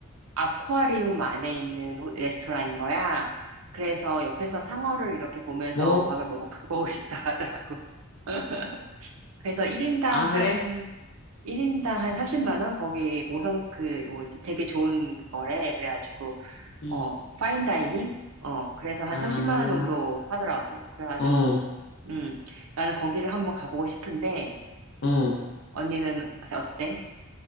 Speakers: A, on the right; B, on the left.
A: 아쿠아리움 안에 있는 호- 레스토랑인 거야. 그래서 옆에서 상어를 이렇게 보면서
B: 뭐?
A: 밥을 먹, <laughs> 먹을 수 있다고 하더라고. <laughs> 그래서 1인당
B: 아,
A: 한,
B: 그래?
A: 일인당 한 30만 원? 거기 5성, 그, 뭐지, 되게 좋은 거래. 그래가지고,
B: 응,
A: 어, 파인 다이닝? 어, 그래서 한
B: 아,
A: 30만 원 정도 하더라고. 그래가지고,
B: 어,
A: 음, 나는 거기를 한번 가보고 싶은데,
B: 어.
A: 언니는 어때?